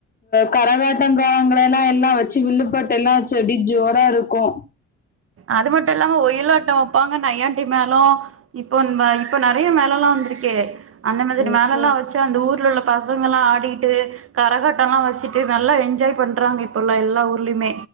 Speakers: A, on the left; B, on the right.
A: கரகாட்டம் காலங்கள எல்லா எல்லா வச்சு வில்லுப்பட்டு எல்லா வச்சு அப்டி ஜோரா இருக்கு
B: அது மட்டு இல்லாம ஒயில்ஓட்டோ வெப்பாங்க நையாண்டி மேலோ இப்போ இப்ப நிறைய மேல எல்லா வந்திருக்கு அந்த மாதிரி
A: ம்,
B: மேல எல்லா
A: ம்.
B: ச்ச அந்த ஊரில உள்ள பசங்களா ஆடிகிட்டு கரகாட்டோ எல்லா வச்சுட்டு நல்லா என்ஜாய் பண்றாங்க இப்பல்லா எல்லா ஊர்லேயுமே